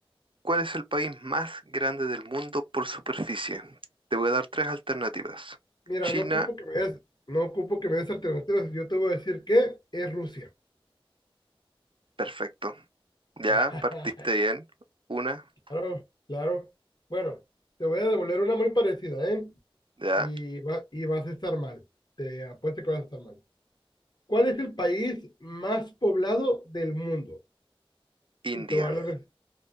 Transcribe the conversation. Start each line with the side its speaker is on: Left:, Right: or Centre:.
Right: ¿Cuál es el país más grande del mundo por superficie? Te voy a dar tres alternativas.
Left: Mira,
Right: China,
Left: no ocupo que me des, no ocupo que me des alternativas. Yo te voy a decir que es Rusia.
Right: perfecto. Ya,
Left: <laughs>
Right: partiste bien. Una,
Left: Claro, claro. Bueno, te voy a devolver una muy parecida, ¿eh?
Right: ya.
Left: Y, va- y vas a estar mal. Te apuesto que vas a estar mal. ¿Cuál es el país más poblado del mundo?
Right: India.
Left: Y te voy a dar,